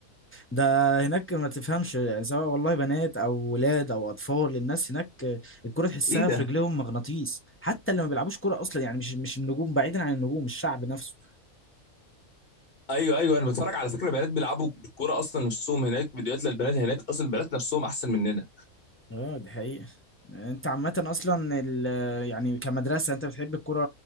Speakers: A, on the left (about 20°); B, on the left (about 40°).
A: ده هناك ما تفهمش يعني سواء والله بنات او ولاد او اطفال الناس هناك الكرة تحسها
B: ايه ده
A: في رجليهم مغناطيس حتى اللي ما بيلعبوش كرة اصلا يعني مش مش النجوم بعيدا عن النجوم الشعب نفسه
B: ايوه ايوه انا بتفرج على فكرة بنات بيلعبوا الكورة اصلا نفسهم هناك فيديوهات للبنات هناك اصلا البنات نفسهم احسن مننا
A: اه دي حقيقة انت عامة اصلا ال- يعني كمدرسة انت بتحب الكرة